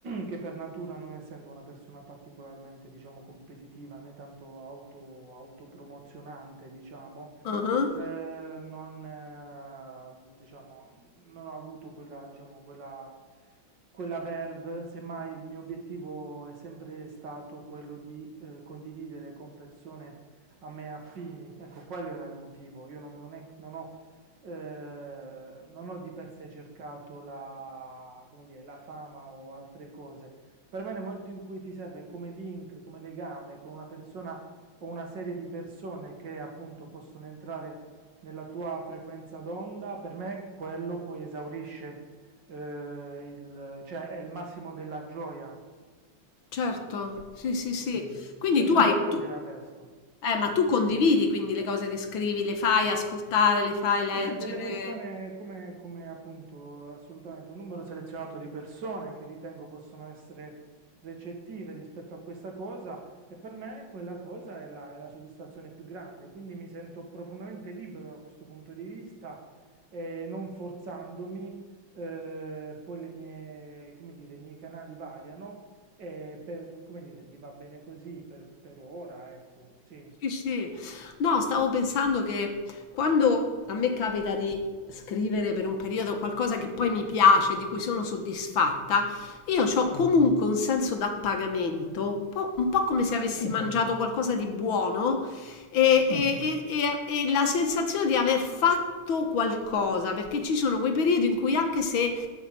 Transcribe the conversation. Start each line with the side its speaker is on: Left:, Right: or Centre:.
Right: che per natura, non essendo una persona particolarmente, diciamo, competitiva né tanto auto- autopromozionante, diciamo,
Left: Mhm,
Right: eh, non, eh, diciamo, non ho avuto quella, diciamo, quella, quella verve, semmai il mio obiettivo è sempre stato quello di eh, condividere con persone a me affini. Ecco, quello era il motivo. Io non, non è- non ho, eh, non ho di per sé cercato la, come dire, la fama o altre cose. Per me nel momento in cui ti serve come link, come legame con una persona o una serie di persone che appunto possono entrare nella tua frequenza d'onda, per me quello poi esaurisce, eh, il, cioè è il massimo della gioia,
Left: Certo, sì, sì, sì.
Right: ok?
Left: Quindi
Right: Senza
Left: tu hai,
Right: nulla togliere
Left: tu,
Right: al resto.
Left: eh, ma tu condividi quindi le cose che scrivi, le fai ascoltare, le fai leggere.
Right: Sì, ha delle persone come, come appunto assolutamente un numero selezionato di persone che ritengo possono essere recettive rispetto a questa cosa e per me quella cosa è la, è la soddisfazione più grande, quindi mi sento profondamente libero da questo punto di vista e non forzandomi, eh, poi le mie, come dire, i miei canali variano e per- come dire, mi va bene così per, per ora, ecco, sì,
Left: Sì, sì. No, stavo pensando che quando a me capita di scrivere per un periodo qualcosa che poi mi piace, di cui sono soddisfatta, io ho
Right: sì,
Left: Mm. comunque un senso d'appagamento, un po', un po' come se avessi
Right: esatto,
Left: Mm. mangiato qualcosa di buono e,
Right: sì.
Left: Mm. e- e- e- e la sensazione di aver fatto qualcosa, perché ci sono quei periodi in cui anche se